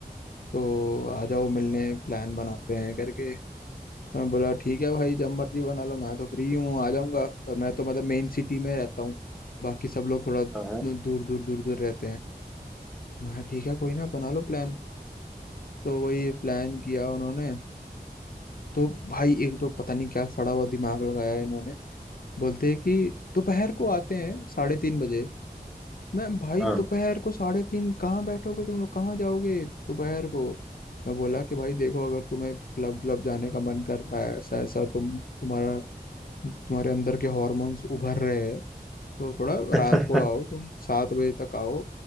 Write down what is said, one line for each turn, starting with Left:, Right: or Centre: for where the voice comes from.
Left: तो आ जाओ मिलने प्लान बनाते हैं करके तो मैं बोला ठीक है भाई जब मर्जी बना लो मैं तो फ्री हूँ आ जाऊंगा पर मैं तो मतलब मेन सिटी में रहता हूँ बाकी सब लोग थोड़ा
Centre: हाँ
Left: दूर दूर दूर दूर रहते हैं मैं ठीक है कोई ना बना लो प्लान तो वही प्लान किया उन्होंने तो भाई एक तो पता नहीं क्या सड़ा हुआ दिमाग लगाया इन्होंने बोलते हैं कि दोपहर को आते हैं साढ़े तीन बजे मैं भाई
Centre: हाँ
Left: दोपहर को साढ़े तीन कहाँ बैठोगे तुम लोग कहाँ जाओगे दोपहर को मैं बोला कि भाई देखो अगर तुम्हें क्लब क्लब जाने का मन कर रहा है ऐसा ऐसा तुम तुम्हारा तुम्हारे अंदर के हॉर्मोन्स उभर रहे हैं तो थोड़ा
Centre: <laughs>
Left: रात को
Centre: हाँ
Left: आओ तुम सात बजे तक आओ